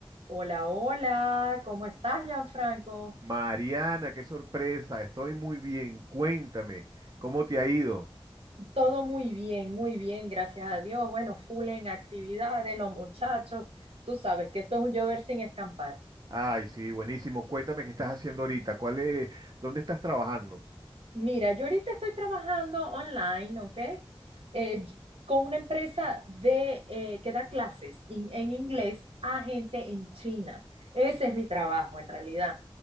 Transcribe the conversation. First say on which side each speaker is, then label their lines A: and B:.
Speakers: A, on the right (about 85°); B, on the right (about 45°).
A: Hola, hola, ¿cómo estás, Gianfranco?
B: Mariana, qué sorpresa, estoy muy bien. Cuéntame, ¿cómo te ha ido?
A: Todo muy bien, muy bien, gracias a Dios. Bueno, full en actividades, los muchachos. Tú sabes que esto es un llover sin escampar.
B: Ay, sí, buenísimo. Cuéntame qué estás haciendo ahorita. ¿Cuál es, dónde estás trabajando?
A: Mira, yo ahorita estoy trabajando online, ¿ok? Eh, con una empresa de, eh, que da clases in- en inglés a gente en China. Ese es mi trabajo, en realidad.